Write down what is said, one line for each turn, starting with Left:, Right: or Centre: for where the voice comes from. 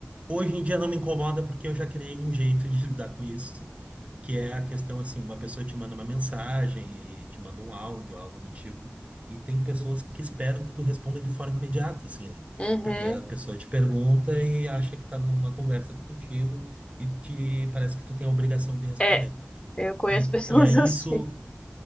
Right: Hoje em dia não me incomoda porque eu já criei um jeito de <laughs> lidar com isso que é a questão assim, uma pessoa te manda uma mensagem e te manda um áudio, algo do tipo, e tem pessoas que esperam que tu responda de forma imediata, assim, né?
Left: uhum.
Right: Porque a pessoa te pergunta e acha que tá numa conversa contigo e te parece que tu tem a obrigação de responder.
Left: É, eu conheço
Right: E,
Left: pessoas
Right: e aí
Left: <laughs> assim.
Right: isso,